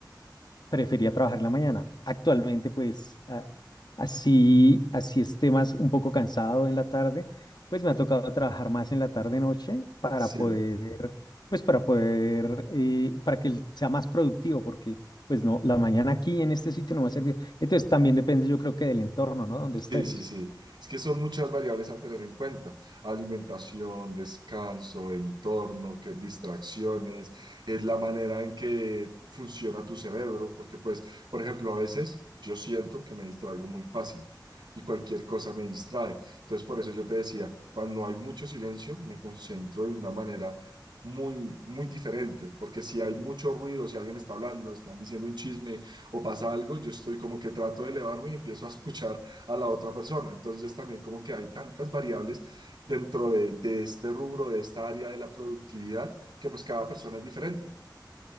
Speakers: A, on the left (about 65°); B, on the right (about 75°).
A: prefería trabajar en la mañana. Actualmente, pues, a- así, así esté más un poco cansado en la tarde, pues me ha tocado trabajar más en la tarde-noche para
B: Sí.
A: poder, pues, para poder, eh, para que el- sea más productivo, porque, pues, no, la mañana aquí en este sitio no me ha servido. Entonces, también depende, yo creo que del entorno, ¿no? Donde estés.
B: Sí, sí, sí. Es que son muchas variables a tener en cuenta. Alimentación, descanso, entorno, que, distracciones, es la manera en que funciona tu cerebro, porque pues, por ejemplo, a veces yo siento que me distraigo muy fácil y cualquier cosa me distrae. Entonces, por eso yo te decía, cuando hay mucho silencio, me concentro de una manera muy, muy diferente, porque si hay mucho ruido, si alguien está hablando, están diciendo un chisme o pasa algo, yo estoy como que trato de elevarme y empiezo a escuchar a la otra persona. Entonces también como que hay tantas variables dentro de, de este rubro, de esta área de la productividad, que pues cada persona es diferente.